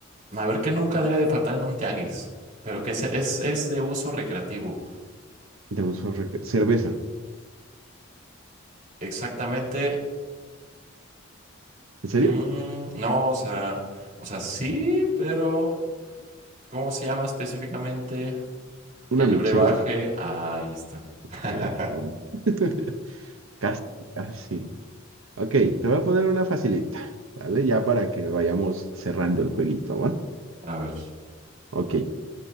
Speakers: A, on the right; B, on the right.
A: A ver, que nunca debe de faltar en un tianguis, pero que se- es, es de uso recreativo.
B: De uso rec- Cerveza.
A: Exactamente.
B: ¿En serio?
A: mm, no, o sea, o sea, sí, pero ¿cómo se llama específicamente el
B: Una michelada.
A: brebaje? Ah, ahí está. <laughs>
B: Eh, qué bueno. <laughs> Casi, casi. Ok, te voy a poner una facilita, ¿vale? Ya para que vayamos cerrando el jueguito, ¿va?
A: A ver,
B: Ok.